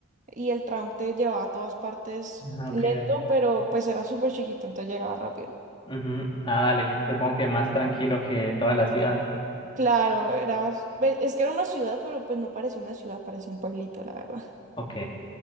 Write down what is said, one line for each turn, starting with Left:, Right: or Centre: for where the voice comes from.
Right: y el tram te llevaba a todas partes
Left: Ah,
Right: lento,
Left: ok, dale.
Right: pero pues era súper chiquito, entonces llegaba rápido.
Left: Ujú. Ah, dale. Supongo que más tranquilo que toda la ciudad.
Right: Claro, era, pues, es que era una ciudad, pero pues no parecía una ciudad, parecía un pueblito, la verdad. <laughs>
Left: Ok.